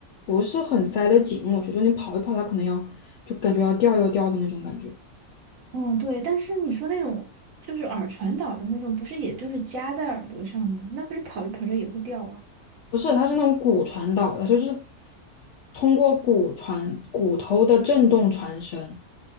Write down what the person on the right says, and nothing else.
嗯，对，但是你说那种就是耳传导的那种，不是也就是夹在耳朵上吗？那不是跑着跑着也会掉啊。